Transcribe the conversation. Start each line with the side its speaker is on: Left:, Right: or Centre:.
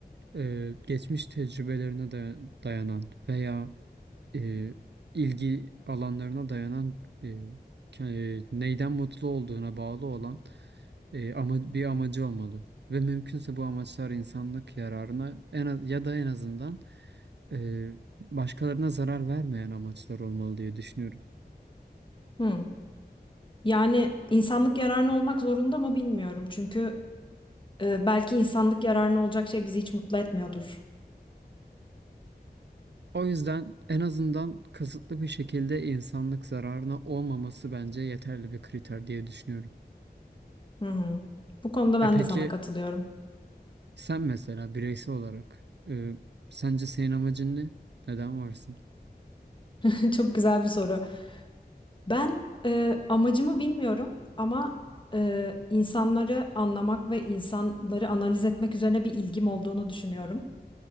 Right: e, geçmiş tecrübelerine daya- dayanan veya e, ilgi alanlarına dayanan e, ke- neyden mutlu olduğuna bağlı olan e, ama bir amacı olmalı. Ve mümkünse bu amaçlar insanlık yararına en az, ya da en azından e, başkalarına zarar vermeyen amaçlar olmalı diye düşünüyorum.
Left: Hı. Yani insanlık yararına olmak zorunda mı bilmiyorum. Çünkü e, belki insanlık yararına olacak şey bizi hiç mutlu etmiyordur.
Right: O yüzden en azından kasıtlı bir şekilde insanlık zararına olmaması bence yeterli bir kriter diye düşünüyorum.
Left: Hı hı. Bu konuda
Right: Ya
Left: ben
Right: peki
Left: de sana katılıyorum.
Right: sen mesela bireysel olarak e, sence senin amacın ne? Neden varsın?
Left: <laughs> Çok güzel bir soru. Ben e, amacımı bilmiyorum ama e, insanları anlamak ve insanları analiz etmek üzerine bir ilgim olduğunu düşünüyorum.